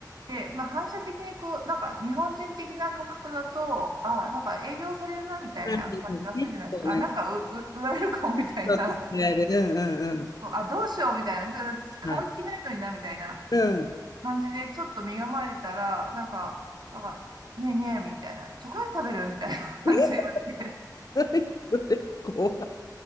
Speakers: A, on the right (about 70°); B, on the left (about 55°).
A: で、まあ反射的にこう、なんか日本人的な感覚だと、ああ、なんか営業されるなみたいな感じがするじゃないですか。
B: い。なるほどね。結構ね、
A: あ、なんかう、う、売られるかもみたいな。
B: 結構使える。うんうんうん。
A: あ、どうしようみたいな。ちょっと買う気ないのになみたいな
B: はい。うん。
A: 感じで、ちょっと身構えてたら、なんか、なんか、ねえねえみたいな。チョコレート食べるみたいな感じで言われて。
B: え、それ、それ、怖